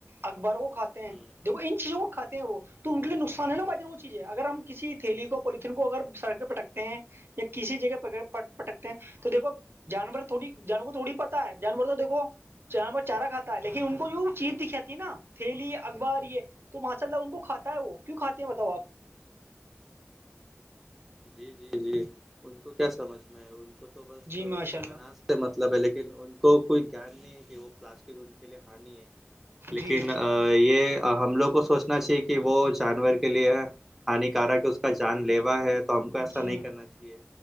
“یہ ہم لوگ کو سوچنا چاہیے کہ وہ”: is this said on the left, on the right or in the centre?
Centre